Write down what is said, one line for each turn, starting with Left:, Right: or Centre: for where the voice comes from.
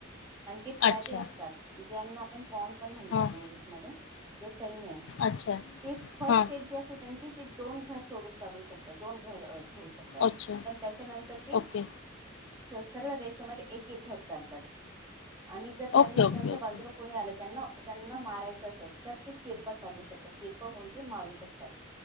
Right: आन जे प्यादे
Left: अच्छा
Right: असतात. ज्यांनापण पॉन पण म्हणतात
Left: हां
Right: इंग्लिशमध्ये जे सैन्य
Left: अच्छा
Right: हे ते फस्ट
Left: हां
Right: स्टेप जे असते त्यांची ते दोन घर सोडूनं चालू शकतात दोन घर अ होऊ शकतात
Left: अच्छा
Right: पण त्याच्यानंतर ते
Left: ओके
Right: सर्व देेशामधे एक एक घर चालतात, आणि जर त्यांना
Left: ओके ओके
Right: त्यांच्या
Left: ओके
Right: बाजूला कोणी आलं, त्यांना त्यांना मारायचं असेल तर ते तिरपं चालू शकतात ते कोण कोण ते मारू शकतात